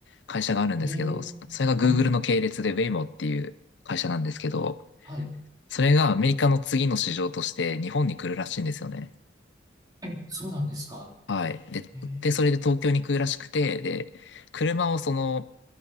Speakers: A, on the left; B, on the right.
A: 会社があるんですけど、
B: えー、
A: そそれが Google
B: はい、
A: の系列で Waymo っていう会社なんですけど、
B: はい。
A: それがアメリカの次の市場として日本に来るらしいんですよね。
B: え、そうなんですか
A: はい。で、
B: えー、
A: で、それで東京に来るらしくて、で、車をその、